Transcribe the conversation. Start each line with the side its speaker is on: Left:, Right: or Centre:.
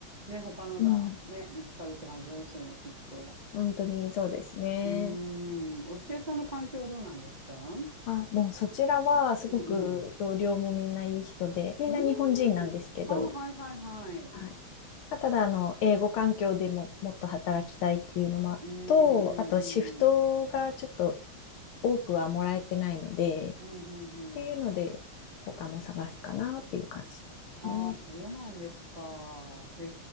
Right: ね、他のがね、
Left: うん。
Right: 見つかるって感じですよね、きっと。
Left: 本当にそうですね。
Right: うーん、お寿司屋さんの環境どうなんですかうん
Left: あ、もうそちらはすごく同僚もみんないい人で、
Right: うん。
Left: みんな日本人なんですけど、
Right: うーん。あ、はいはいはい。
Left: はいまあただ、あの、英語環境でももっと働きたいっていうのもと、
Right: うんうんうん。
Left: あと、シフトがちょっと多くはもらえてないので、
Right: うんうんうん。
Left: っていうので、他も探すかなっていう感じですね。
Right: ああ、そうなんですか。へ